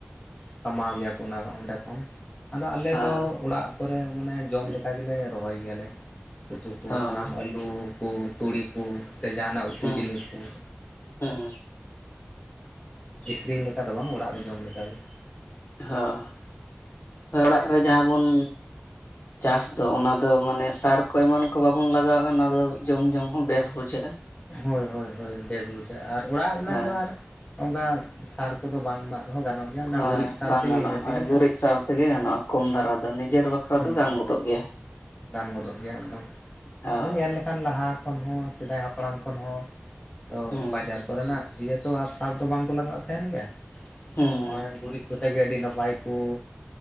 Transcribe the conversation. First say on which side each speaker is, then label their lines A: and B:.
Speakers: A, on the left (about 25°); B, on the left (about 70°).
A: ᱠᱟᱢᱟᱣ ᱜᱮᱭᱟ ᱠᱚ ᱚᱱᱟ ᱚᱸᱰᱮ ᱠᱷᱚᱱ ᱾ ᱟᱫᱚ ᱟᱞᱮ
B: ᱦᱮᱸ
A: ᱫᱚ ᱚᱲᱟᱜ ᱠᱚᱨᱮ ᱢᱟᱱᱮ ᱡᱚᱢ ᱞᱮᱠᱟ ᱜᱮᱞᱮ ᱨᱚᱦᱚᱭ ᱜᱮᱭᱟᱞᱮ ᱩᱛᱩ ᱠᱚ
B: ᱦᱚᱸ
A: ᱥᱟᱱᱟᱢ ᱟ ᱞᱩ ᱠᱚ ᱛᱩᱲᱤ ᱠᱚ ᱥᱮ ᱡᱟᱦᱟᱱᱟᱜ ᱩᱛᱩ
B: ᱦᱩᱸ,
A: ᱡᱤᱱᱤᱥ ᱠᱚ
B: ᱦᱩᱸ ᱾
A: ᱟᱹᱠᱷᱨᱤᱧ ᱞᱮᱠᱟ ᱫᱚ ᱵᱟᱝ ᱚᱲᱟᱜ ᱨᱮ ᱡᱚᱢ ᱞᱮᱠᱟᱜᱮ ᱾
B: ᱦᱟᱸ, ᱚᱲᱟᱜ ᱨᱮ ᱡᱟᱦᱟᱸ ᱵᱚᱱ ᱪᱟᱥ ᱫᱚ ᱚᱱᱟ ᱫᱚ ᱢᱟᱱᱮ ᱥᱟᱨ ᱠᱚ ᱮᱢᱟᱱ ᱠᱚ ᱵᱟᱵᱚᱱ ᱞᱟᱜᱟᱣᱼᱟ ᱚᱱᱟ ᱫᱚ ᱡᱚᱢ ᱡᱚᱢ ᱦᱚᱸ ᱵᱮᱥ ᱵᱩᱡᱷᱟᱹᱜᱼᱟ ᱾
A: ᱦᱳᱭ ᱦᱳᱭ ᱦᱳᱭ ᱵᱮᱥ ᱵᱩᱡᱷᱟᱹᱜᱼᱟ ᱟᱨ ᱚᱲᱟᱜ ᱨᱮᱱᱟᱜ
B: ᱦᱮᱸ
A: ᱫᱚ ᱟᱨ ᱚᱝᱠᱟ ᱥᱟᱨ ᱠᱚᱫᱚ ᱵᱟᱝ ᱮᱢᱟᱜ ᱨᱮᱦᱚᱸ ᱜᱟᱱᱚᱜ ᱜᱮᱭᱟ ᱚᱱᱟ
B: ᱦᱳᱭ
A: ᱜᱩᱨᱤᱡ ᱥᱟᱨ
B: ᱵᱟᱝ
A: ᱛᱮᱜᱮ
B: ᱜᱟᱱᱚᱜᱼᱟ
A: ᱤᱱᱟᱹ
B: ᱦᱳᱭ
A: ᱛᱮᱜᱮ
B: ᱜᱩᱨᱤᱡ
A: ᱦᱟᱸᱜ
B: ᱥᱟᱶ ᱛᱮᱜᱮ ᱜᱟᱱᱚᱜᱼᱟ ᱠᱚᱢ ᱫᱷᱟᱨᱟ ᱫᱚ ᱱᱤᱡᱮᱨ ᱵᱟᱠᱷᱨᱟ
A: ᱦᱩᱸ
B: ᱫᱚ ᱜᱟᱱ
A: ᱦᱩᱸ
B: ᱜᱚᱫᱚᱜ ᱜᱮᱭᱟ ᱾
A: ᱜᱟᱱ ᱜᱚᱫᱚᱜ ᱜᱮᱭᱟ ᱮᱠᱫᱚᱢ,
B: ᱦᱳᱭ
A: ᱟᱫᱚ ᱧᱮᱞ ᱞᱮ ᱠᱷᱟᱱ ᱞᱟᱦᱟ ᱠᱷᱚᱱ ᱦᱚᱸ ᱥᱮᱫᱟᱭ ᱦᱟᱯᱲᱟᱢ ᱠᱷᱚᱱ ᱦᱚᱸ ᱛᱚ
B: ᱦᱩᱸ
A: ᱵᱟᱡᱟᱨ ᱠᱚᱨᱮᱱᱟᱜ ᱤᱭᱟᱹ ᱛᱚ ᱟᱨ ᱥᱟᱨ ᱫᱚ ᱵᱟᱝ ᱠᱚ ᱞᱟᱜᱟᱣᱮᱫ ᱛᱟᱦᱮᱱ ᱜᱮᱭᱟ
B: ᱦᱩᱸ
A: ᱦᱚᱜᱼᱚᱭ ᱜᱩᱨᱤᱡ ᱛᱮ ᱜᱮ ᱟᱹᱰᱤ ᱱᱟᱯᱟᱭ ᱠᱩ